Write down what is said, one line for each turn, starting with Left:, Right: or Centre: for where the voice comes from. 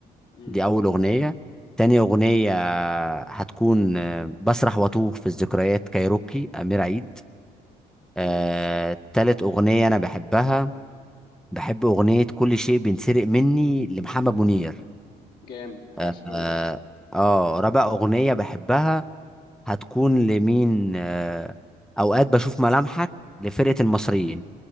Left: امم
Centre: دي اول اغنيه تاني اغنيه هتكون آه، بسرح واتوه في الذكريات كايروكي امير عيد آه
Left: امم
Centre: تالت اغنيه انا بحبها بحب أغنية كل شيء بينسرق مني لمحمد منير
Left: جامد عاش
Centre: آه,
Left: قوي
Centre: آه, آه رابع أغنية بحبها هتكون لمين آه أوقات بشوف ملامحك لفرقة المصريين